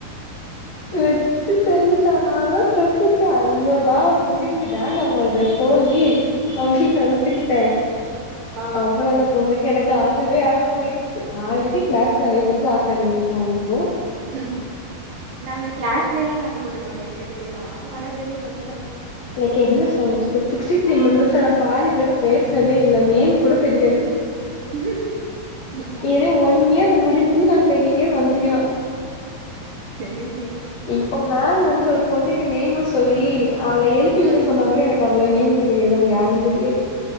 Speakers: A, on the left (about 65°); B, on the right (about 65°).
A: வெச்சி செஞ்சுட்டா நால்லா செத்துட்டே ஐயோடா முடிஞ்சுடா நம்மள்து சோலி அப்டி நெனச்சுக்கிட்டே
B: ஆ ம்
A: அப்றோ அந்த பொண்ணு எனக்கு ஆகவே ஆகாமாயிடுச்சு ஆல்ரெடி கிளாஸ்ல நெறையபேத்துக்கு ஆகாது எங்களுகு அவுங்களுகு
B: ம் நாங்க கிளாஸ்லயெல்லா சண்ட போட்டுக்க மாட்ட எங்களுக்குல்லயெல்லா ஆனா வெளிய மட்
A: உனக்கு என்ன சொல்ல சிக்ஸ்டி த்ரீ மெம்பர்ஸ் நா பாதிபேர்ட பேசினதே இல்ல நேம் கூட தெரியாது
B: ம்
A: இதுவே ஒன் இயர் முடிஞ்சு நா செகண்ட் இயர் வந்திருக்கே நா
B: சேரி
A: இப்போ மேம் வந்து ஒரு பொண்ணுக்கு நேம்மு சொல்லி அவள எழுப்பி
B: ம்
A: விட சொன்னா கூட எனக் அவ்வள நேம் தெரியாது அவ யாருன் தெரியாது